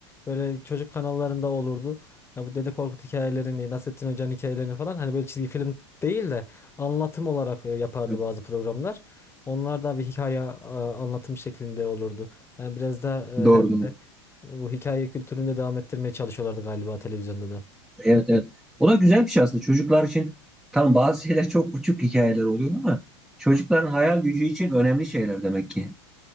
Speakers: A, on the left; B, in the centre.
A: böyle çocuk kanallarında olurdu. Ya bu Dede Korkut hikayelerini, Nasrettin Hoca'nın hikayelerini falan hani böyle çizgi film değil de anlatım olarak e, yapardı
B: Evet.
A: bazı programlar. Onlar da bir hikaye e, anlatım şeklinde olurdu. Yani biraz da
B: Doğru
A: e, herhalde
B: doğru.
A: e, bu hikaye kültürünü de devam ettirmeye çalışıyorlardı galiba televizyonda da.
B: Evet evet. O da güzel bir şey aslında. Çocuklar için tam bazı şeyler çok uçuk hikayeler oluyor ama çocukların hayal gücü için önemli şeyler demek ki.